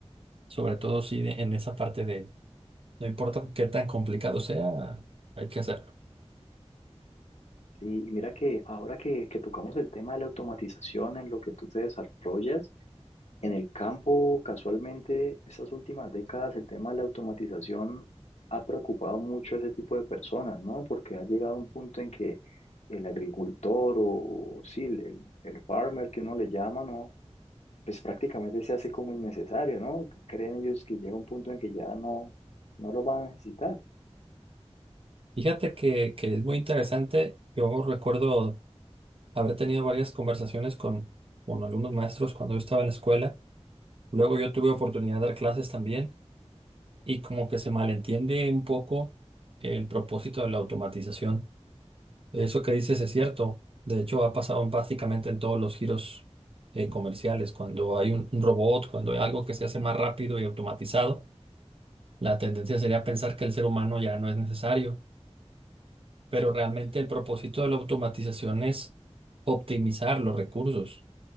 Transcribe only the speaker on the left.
Sí, y mira que ahora que, que tocamos el tema de la automatización en lo que tú te desarrollas, en el campo, casualmente, estas últimas décadas, el tema de la automatización ha preocupado mucho a ese tipo de personas, ¿no? Porque ha llegado a un punto en que el agricultor o, sí, el, el- el farmer que uno le llama, ¿no? Pues prácticamente se hace como innecesario, ¿no? Creen ellos que llega un punto en que ya no, no lo van a necesitar.